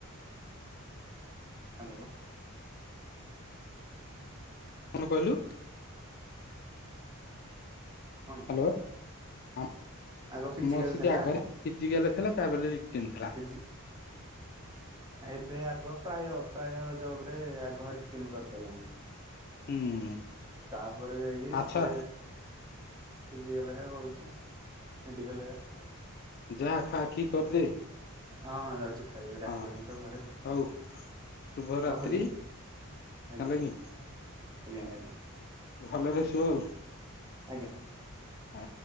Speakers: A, on the right (about 20°); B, on the left (about 45°).
A: ହାଲୋ।
B: କଣ କହିଲୁ?
A: କଣ
B: ହାଲୋ ଆମ
A: ଆଗ ଫିଜିକାଲ
B: <inaudible>
A: ଥିଲା
B: ଆଗରେ ଫିଜିକାଲ ଥିଲା ତାପରେ ରିଟିନ ଥିଲା।
A: ଫିଜି ଏବେ ଆଗ ପ୍ରାୟ ପ୍ରାୟ ଜବ୍ ରେ ଆଗ ରିଟିନ କରିଦେଲାଣି।
B: ହୁଁ।
A: ତାପରେ ଯାଇକି
B: ଆଚ୍ଛା
A: ସେ ଫିଜିକାଲ ହେ କରୁଚି ମେଡିକାଲ ହେ
B: ଯାଆ ଖା ଖି କରିଦେ।
A: ହଁ ହଁ ଯାଉଚି ଖାଇବି ଡାକିଲେଣିତ
B: ହଁ
A: ଘରେ
B: ହଉ ଶୁଭ ରାତ୍ରି
A: ରଖୁଚି। ଆଜ୍ଞା,
B: ହେଲାକି
A: ଆଜ୍ଞା, ଆଜ୍ଞା।
B: ଭଲରେ ଶୁଅ ଆଉ।
A: ଆଜ୍ଞା।
B: ଆ